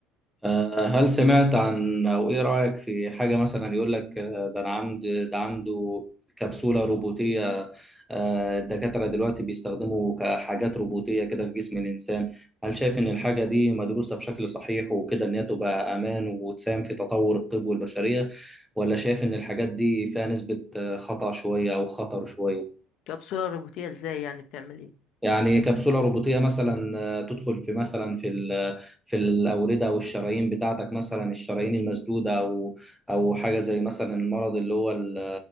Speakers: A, in the centre; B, on the left.
A: آه، هل سمعت عن او ايه رأيك في حاجة مثلا يقول لك آه، ده انا عند ده عنده كبسولة روبوتية آه، الدكاترة دلوقتي بيستخدموا كحاجات روبوتية كده في جسم الإنسان هل شايف إن الحاجة دي مدروسة بشكل صحيح وكده إن هي تبقى أمان وتساهم في تطور الطب والبشرية ولا شايف إن الحاجات دي فيها نسبة آه، خطأ شوية أو خطر شوية؟
B: كبسولة روبوتية ازاي يعني بتعمل ايه
A: يعني كبسولة روبوتية مثلا آه، تدخل في مثلا في ال- في الأوردة أو الشرايين بتاعتك مثلا الشرايين المسدودة أو أو حاجة زي مثلا المرض اللي هو ال-